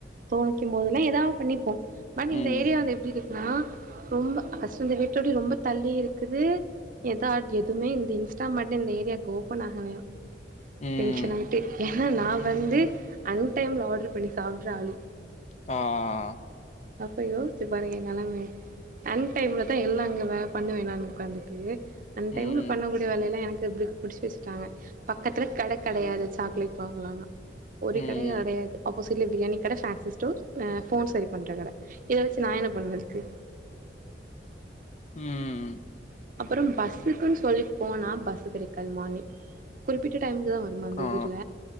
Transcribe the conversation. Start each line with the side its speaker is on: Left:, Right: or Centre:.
Right: தோணிக்கம்போதெல்லா எதாது பண்ணிப்போ பட் இந்த
Left: ம்
Right: ஏரியா வந்து எப்டி இருக்குன்னா ரொம்ப ஃப்ர்ஸ்ட் இந்த வீட்டொட்டி ரொம்ப தள்ளி இருக்குது எதா எதுவுமே இந்த இன்ஸ்டாமார்ட் இந்த ஏரியாவுக்கு ஓபன் ஆகலயா
Left: ம்
Right: டென்ஷன் ஆயிட்டு ஏன்னா நா வந்து அன் டைம்ல ஆர்டர் பண்ணி சாப்புடுற ஆளு
Left: ஆ அ அ
Right: அப்ப யோசிச்சுப் பாருங்க நெலைமைய அன் டைம்லதா எல்லா அங்க வே பண்ணுவே நானு உக்காந்துட்டு அன் டைம்ல
Left: ம்
Right: பண்ணக் கூடிய வேலைையெல்லா எனக் எப்டி புடிச்சு வச்சட்டாங்க பக்கத்துல கட கெடையாது சாக்லேட் வாங்கலானா ஒரு
Left: ம்
Right: கடை கெடையது அப்போசிட்ல பிரியாணி கட பேன்சி ஸ்டோர் ஆ ஃபோன் சரி பண்ற கட இதவெச் ச்சு நா என்ன பண்ணதுக்கு
Left: ம்
Right: அப்பறோ பஸ்ஸுக்குன்னு சொல்லி போனா பஸு கெடைக்காது மார்னிங் குறிப்பிட்ட டைமுக்குதா வருமா இந்த
Left: ஆ
Right: ஊர்ல